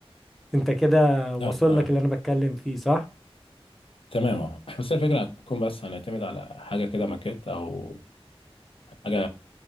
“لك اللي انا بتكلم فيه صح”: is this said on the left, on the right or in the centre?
Centre